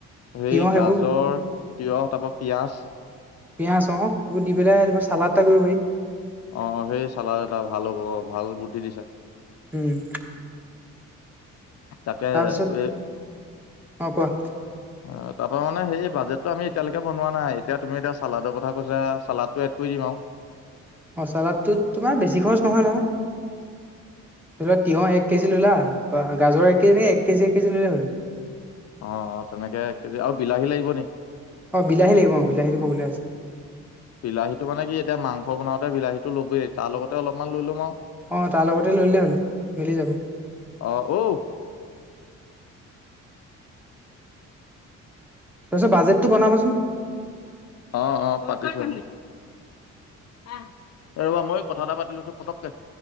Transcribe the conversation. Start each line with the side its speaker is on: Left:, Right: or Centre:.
Left: সেই
Centre: তিয়ঁহ সেইবোৰ
Left: গাজৰ, তিঁয়হ তাৰাপৰা পিয়াজ
Centre: পিঁয়াজ অ', এইবোৰ দি পেলাই তোমাৰ চালাদ এটা কৰিব পাৰি।
Left: অ', সেই চালাদ এটা ভাল হ'ব, ভাল বুদ্ধি দিছা।
Centre: উম।
Left: তাকে
Centre: তাৰপিছত
Left: অ'।
Centre: অ কোৱা
Left: অ', তাৰপৰা মানে সেই বাজেটটো আমি এতিয়ালৈকে বনোৱা নাই, এতিয়া তুমি এতিয়া চালাদৰ কথা কৈছা চালাদটো এড কৰি দিম আৰু।
Centre: চালাদটোত তোমাৰ বেছি খৰচ নহয় নহয়, ধৰি লোৱা তিঁয়হ এক কেজি ল'লা বা গাজৰ কেজি নে এক কেজি, কেজি ললে হ'ল।
Left: অ', অ', তেনেকে এক কেজি আৰু বিলাহী লাগিব নি।
Centre: অ', বিলাহী লাগিব অ' বিলাহীটো ক'বলৈ আছে।
Left: বিলাহীতো মানে কি এতিয়া মাংস বনাওঁতে বিলাহীটো লবই, তাৰ লগতে অলপমান লৈ ল'ম আৰু।
Centre: অ', তাৰ লগতে লৈলেই হ'ল, মিলি যাব।
Left: অ', ঔ।
Centre: তাৰপিছে বাজেটটো বনাবচোন।
Left: অ', অ', পাতিছো। এই ৰবা মই কথা এটা পাতি লৈছো পতককে।